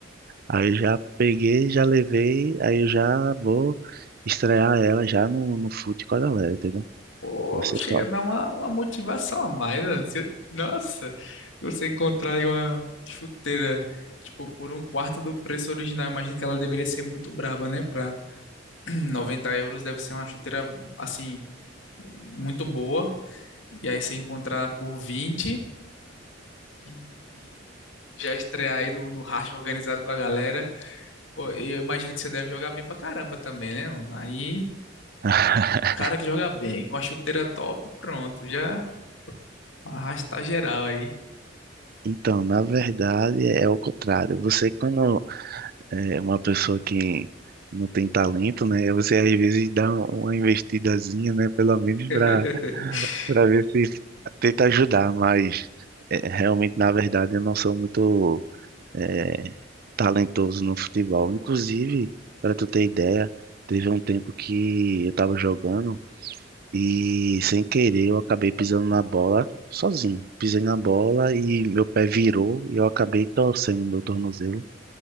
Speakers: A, on the right; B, on the left.
A: Aí eu já peguei, já levei, aí eu já vou estrear ela já no, no fute com a galera, entendeu?
B: Pô,
A: Vai ser
B: chega
A: top.
B: a dar uma, uma motivação a mais, mano. Se eu- nossa, você encontrar aí uma chuteira, tipo, por um quarto do preço original, imagino que ela deveria ser muito braba, né? Pra <clears throat> 90 euros deve ser uma chuteira, assim, muito boa. E aí você encontrar por 20 e, e já estrear aí no, no racha organizado com a galera. Pô, e eu imagino que você deve jogar bem pra caramba também, né? mano? Aí,
A: <laughs>
B: cara que joga bem, com a chuteira top, pronto, já arrasta geral aí.
A: Então, na verdade, é é o contrário. Você, quando é uma pessoa que não tem talento, né? Você às vezes dá uma investidazinha, né? Pelo menos
B: <laughs>
A: para para ver se tenta ajudar, mas é, realmente, na verdade, eu não sou muito é, talentoso no futebol. Inclusive, para tu ter ideia, teve um tempo que eu estava jogando e, sem querer, eu acabei pisando na bola sozinho. Pisei na bola e meu pé virou e eu acabei torcendo meu tornozelo.